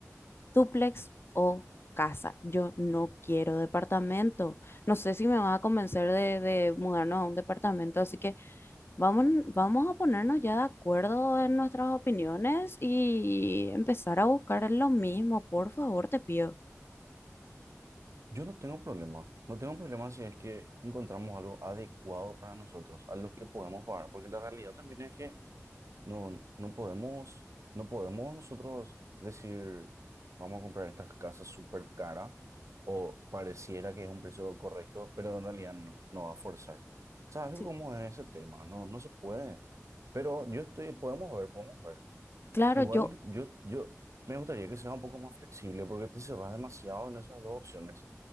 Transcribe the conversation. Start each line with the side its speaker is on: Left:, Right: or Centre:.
Left: dúplex o casa. Yo no quiero departamento. No sé si me va a convencer de, de mudarnos a un departamento, así que vamos, vamos a ponernos ya de acuerdo en nuestras opiniones y empezar a buscar lo mismo, por favor, te pido.
Right: Yo no tengo problema. No tengo problema si es que encontramos algo adecuado para nosotros, a lo que podemos pagar, porque la realidad también es que No, no podemos, no podemos nosotros decir, vamos a comprar estas casas súper cara o pareciera que es un precio correcto, pero en realidad no, no va a forzar. ¿Sabes
Left: Sí.
Right: cómo es ese tema? No, no se puede. Pero yo estoy, podemos ver, podemos ver.
Left: Claro,
Right: Igual
Left: yo,
Right: yo, yo me gustaría que sea un poco más flexible porque te cerras demasiado en esas dos opciones